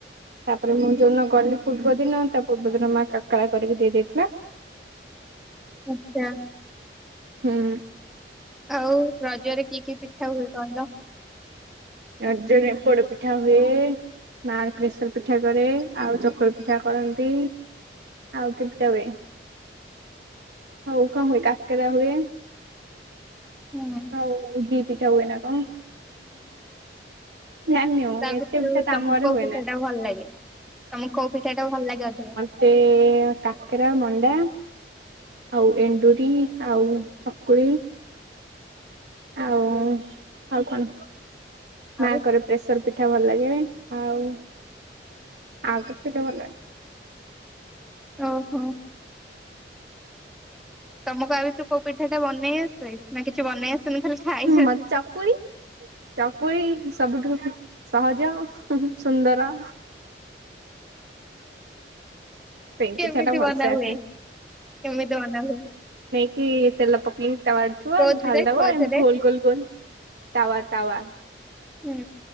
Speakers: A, on the right; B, in the centre.
A: ତାପରେ ମୁଁ ଯୋଉନ ଗଲି ପୂର୍ବ ଦିନ ତା ପୂର୍ବ ଦିନ ମା କାକେରା କରିକି ଦେଇ ଦେଇଥିଲା।
B: ଆଛା
A: ହୁଁମ୍
B: ଆଉ ରଜରେ କି କି ପିଠା ହୁଏ କହିଲ?
A: ରଜରେ ପୋଡ ପିଠା ହୁଏ-ଏ-ଏ। ମା ପ୍ରେସର ପିଠା କରେ ଆଉ ଚକୁଳି ପିଠା କରନ୍ତି। ଆଉ କିଏ ପିଠା ହୁଏ, ଆଉ କଣ ହୁଏ କାକେରା ହୁଏ।
B: ହଁ।
A: ଆଉ ଘି ପିଠା ହୁଏନା କଣ ଜାଣିନି ମୁଁ
B: ତା
A: ଏତେ
B: ଭିତରୁ
A: ପିଠା ତ
B: ତମକୁ
A: ଆମ ଘରେ
B: କୋଉ
A: ହୁଏ
B: ପିଠା
A: ନା।
B: ଟା ଭଲ ଲାଗେ, ତମକୁ କୋଉ ପିଠା ଟା ଭଲ ଲାଗେ? ଅଧିକା?
A: ମତେ କାକେରା, ମଣ୍ଡା ଆଉ ଏଣ୍ଡୁରି, ଆଉ ଚକୁଳି ଆଉ-ଉ-ଉ, ଆଉ କଣ
B: ଆଉ
A: ମା କରେ ପ୍ରେସର ପିଠା ଭଲ ଲାଗେ-ଏ-ଏ ଆଉ, ଆଉ କିଛି ପିଠା ଭଲ ଲାଗେନି।
B: ଓହୋ। ତମକୁ ଆ ଭିତରୁ କୋଉ ପିଠା ଟା ବନେଇ ଆସେ, ନା କିଛି ବନେଇ ଆସେନି ଆସେ ଖାଲି ଖାଇ
A: ମତେ ଚକୁଳି, ଚକୁଳି ସବୁଠୁ ସହଜ, ସୁନ୍ଦର ସେଇ
B: କେମିତି
A: ପିଠା ଟା ଭଲସେ
B: ବନା
A: ଆସେ।
B: ହୁଏ, କେମିତି ବନା ହୁଏ?
A: କି-ଇ-ଇ ତେଲ ପକେଇ ତାୱା ରେ ଥିବ
B: କୋଉଥିରେ
A: ଢାଳି ଦେବ
B: କୋଉଥିରେ?
A: ଏମିତି ଗୋଲ ଗୋଲ ଗୋଲ ତାୱା ତାୱା
B: ହୁଁ।